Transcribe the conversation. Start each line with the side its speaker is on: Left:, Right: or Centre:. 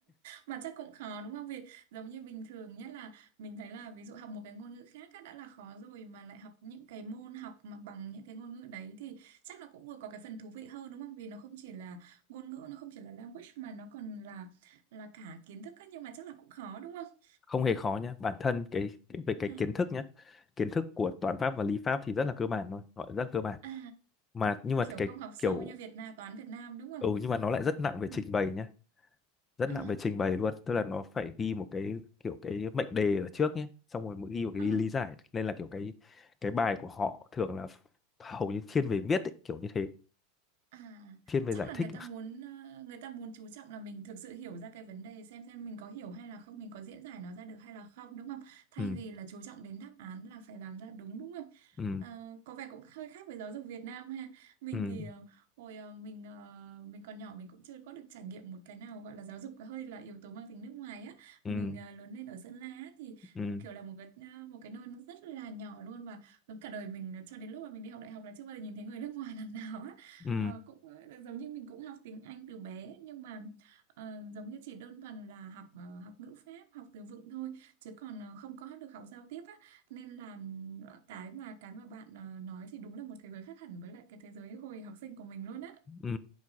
Right: mà chắc cũng khó đúng không? Vì giống như bình thường nhất là mình thấy là ví dụ học một cái ngôn ngữ khác á, đã là khó rồi mà lại học những cái môn học mà bằng những cái ngôn ngữ đấy thì chắc nó cũng vừa có cái phần thú vị hơn đúng không? Vì nó không chỉ là ngôn ngữ, nó không chỉ là language mà nó còn là là cả kiến thức á, nhưng mà chắc là cũng khó đúng không?
Left: không hề khó nhá. Bản thân cái, cái về cái
Right: À,
Left: kiến thức nhá. Kiến thức của toán pháp và lý pháp thì rất là cơ bản thôi, gọi là rất cơ bản.
Right: à,
Left: Mà nhưng mà
Right: kiểu
Left: cái
Right: không học sâu
Left: kiểu
Right: như Việt Nam, toán Việt Nam đúng không?
Left: ừ nhưng mà nó lại rất nặng về
Right: Ừ.
Left: trình bày nhá, rất
Right: À,
Left: nặng về trình bày luôn, tức là nó phải ghi một cái kiểu cái mệnh đề ở trước nhé, xong rồi mới ghi một cái
Right: à.
Left: lý, lý giải nên là kiểu cái cái bài của họ thường là hầu như thiên về viết ấy, kiểu như thế,
Right: À,
Left: thiên về
Right: chắc
Left: giải
Right: là
Left: thích.
Right: người ta muốn ờ, người ta muốn chú trọng là mình thực sự hiểu ra cái vấn đề xem xem mình có hiểu hay là không, mình có diễn giải nó ra được hay là không đúng không? Thay
Left: Ừ
Right: vì là chú trọng đến đáp án là phải làm ra đúng đúng không?
Left: ừ
Right: Ờ, có vẻ cũng hơi khác với giáo dục Việt Nam ha. Mình
Left: ừ
Right: thì ờ, hồi ờ, mình ờ, mình còn nhỏ mình cũng chưa có được trải nghiệm một cái nào gọi là giáo dục hơi là yếu tố mang tính nước ngoài á.
Left: ừ
Right: Mình ờ, lớn lên ở Sơn La á, thì
Left: ừ
Right: ừ, kiểu là một cái ờ, một cái nơi nó rất là nhỏ luôn và giống cả đời mình ờ, cho đến lúc mà mình đi học đại học là chưa bao giờ nhìn thấy người nước ngoài lần nào á
Left: ừ
Right: Ờ, cũng ờ, giống như mình cũng học tiếng Anh từ bé nhưng mà ờ, giống như chỉ đơn thuần là học ờ, học ngữ pháp học từ vựng thôi chứ còn ờ, không có được học giao tiếp á nên là ừm, cái mà cái mà bạn ờ, nói thì đúng là một thế giới khác hẳn với lại cái thế giới hồi học sinh của mình luôn á
Left: ừ